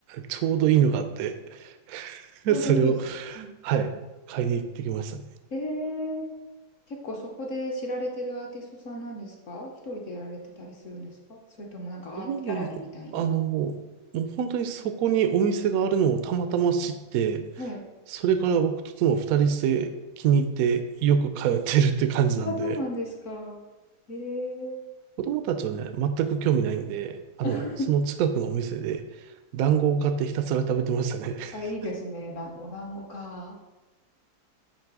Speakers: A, on the right (about 75°); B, on the left (about 55°).
A: ちょうどいいのがあって、<laughs>
B: ちょうどいいですね。
A: それを、
B: うん
A: はい、買いに行ってきましたね。
B: えー、結構そこで知られてるアーティストさんなんですか一人でやられてたりするんですかそれともなんかアートギャラリーみたいに。
A: どうなんだろうあの、もう本当にそこにお店があるのをたまたま知って、
B: はい。
A: それから僕と妻二人して気に入ってよく通ってるっていう感じなんで、
B: あ、そうなんですか。ええ
A: 子供たちはね、全く興味ないんで、あの、
B: <laughs>
A: その近くのお店で団子を買ってひたすら食べてましたね。
B: あ、
A: <laughs>
B: いいですね。だん、お団子か。